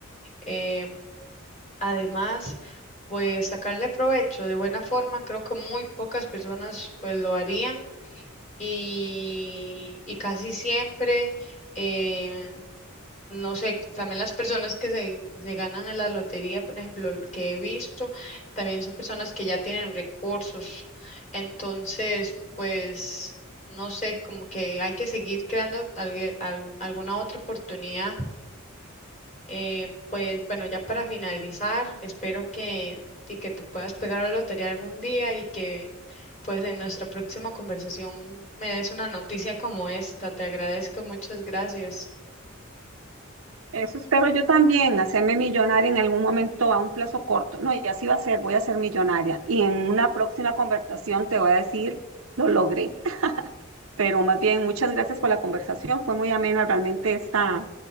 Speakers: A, on the left (about 35°); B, on the right (about 75°).
A: Eh, además, pues sacarle provecho de buena forma, creo que muy pocas personas pues lo harían y, y casi siempre, eh, no sé, también las personas que se, se ganan en la lotería, por ejemplo, que he visto, también son personas que ya tienen recursos. Entonces, pues, no sé, como que hay que seguir creando algue- al- alguna otra oportunidad. Eh, pues bueno, ya para finalizar, espero que, sí, que te puedas pegar a la lotería algún día y que pues en nuestra próxima conversación me des una noticia como esta. Te agradezco, muchas gracias.
B: Eso espero yo también, hacerme millonaria en algún momento a un plazo corto. No, y así va a ser, voy a ser millonaria. Y en una próxima conversación te voy a decir, lo logré. Pero más bien, muchas gracias por la conversación. Fue muy amena realmente esta,